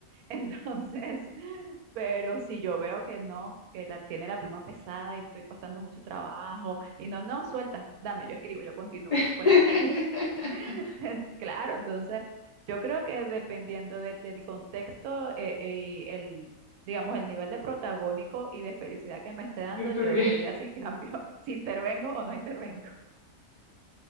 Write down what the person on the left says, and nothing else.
<laughs>
Yo estuviera.